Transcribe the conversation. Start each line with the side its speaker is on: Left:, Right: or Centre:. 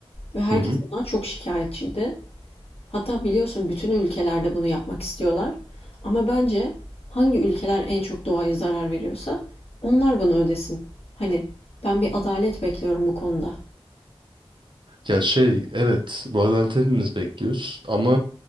Left: ve herkes
Right: Hı hı.
Left: bundan çok şikayetçiydi. Hatta biliyorsun bütün ülkelerde bunu yapmak istiyorlar. Ama bence hangi ülkeler en çok doğaya zarar veriyorsa onlar bunu ödesin. Hani ben bir adalet bekliyorum bu konuda.
Right: Ya şey, evet bu adaleti hepimiz bekliyoruz ama